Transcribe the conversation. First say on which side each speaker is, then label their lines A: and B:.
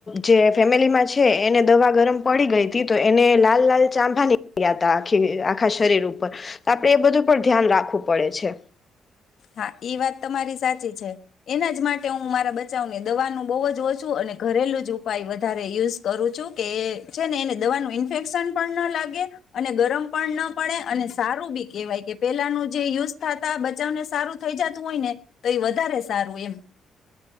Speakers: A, on the left; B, on the left.
A: જે ફેમિલીમાં છે, એને દવા ગરમ પડી ગઈ હતી તો એને લાલ લાલ ચાંબા નીકળ્યા ત આખી આખા શરીર ઉપર આપડે એ બધું પર ધ્યાન રાખું પડે છે.
B: હા વાત તમારી સાચી છે એના જ માટે હું મારા બચાવને દવાનું બહુ જ ઓછું અને ઘરેલું જ ઉપાય વધારે યુઝ કરું છું કે છે, ને એને દવાનું ઇન્ફેક્શન પણ ના લાગે અને ગરમ પણ ન પડે અને સારું બી કેહેવાય કે પેલાનું જે યુઝ થતા બચાવને સારું થઈ જતું હોય ને તો એ વધારે સારું એમ